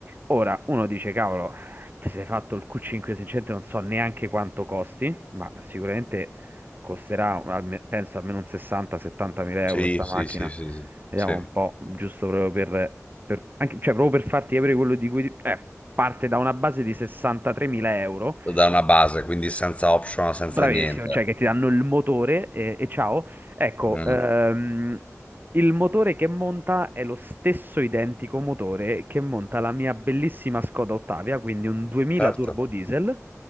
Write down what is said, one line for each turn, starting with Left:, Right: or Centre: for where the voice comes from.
Right: Ora, uno dice, cavolo, ti sei fatto il Q5, sinceramente non so neanche quanto costi, ma sicuramente costerà alme- penso almeno un 60-70 mila
Left: Sì,
Right: euro sta
Left: sì,
Right: macchina.
Left: sì, sì, sì,
Right: Vediamo
Left: sì.
Right: un po', giusto proprio per, per- anche- cioè proprio per farti capire quello di cui... ti- eh, parte da una base di 63.000 euro
Left: Da una base, quindi senza optional, senza
Right: Bravissimo,
Left: niente.
Right: cioè che ti danno il motore e, e ciao. Ecco,
Left: Mm,
Right: ehm, il motore che monta è lo stesso identico motore che monta la mia bellissima Skoda Ottavia, quindi un 2000
Left: Certo.
Right: turbo diesel